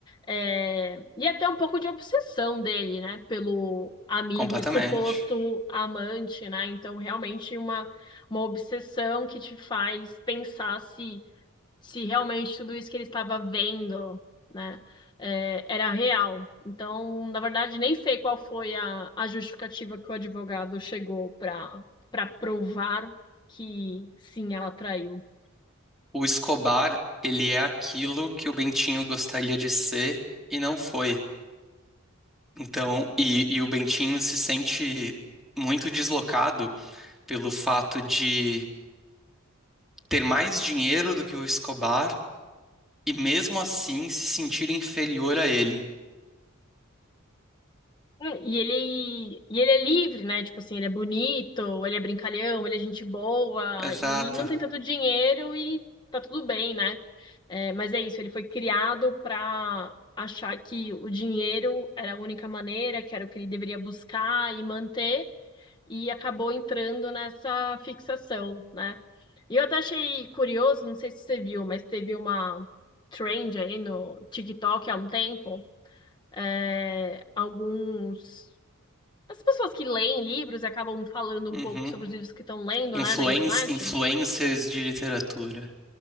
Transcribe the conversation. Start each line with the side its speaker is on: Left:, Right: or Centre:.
Left: é, E até um pouco de obsessão dele, né? Pelo amigo
Centre: Completamente.
Left: e suposto amante, né? Então, realmente uma, uma obsessão que te faz pensar se se realmente tudo isso que ele estava vendo, né, é, era real. Então, na verdade, nem sei qual foi a, a justificativa que o advogado chegou para para provar que sim, ela traiu.
Centre: O Escobar, ele é aquilo que o Bentinho gostaria de ser e não foi. Então, e, e o Bentinho se sente muito deslocado pelo fato de ter mais dinheiro do que o Escobar e mesmo assim se sentir inferior a ele.
Left: É, E ele, e ele é livre, né? Tipo assim, ele é bonito, ele é brincalhão, ele é gente boa
Centre: Exato.
Left: e não tem tanto dinheiro e tá tudo bem, né? É, mas é isso, ele foi criado para achar que o dinheiro era a única maneira, que era o que ele deveria buscar e manter, e acabou entrando nessa fixação, né? E eu até achei curioso, não sei se você viu, mas teve uma trend aí no TikTok há um tempo, é, alguns. As pessoas que leem livros e acabam falando
Centre: Uhum.
Left: um pouco sobre os livros que estão lendo,
Centre: Influen-
Left: né, na internet.
Centre: influencers de literatura.